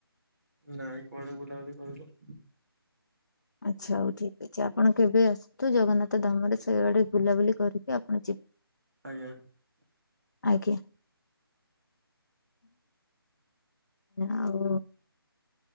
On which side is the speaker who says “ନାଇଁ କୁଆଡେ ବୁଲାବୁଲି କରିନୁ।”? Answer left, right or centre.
Right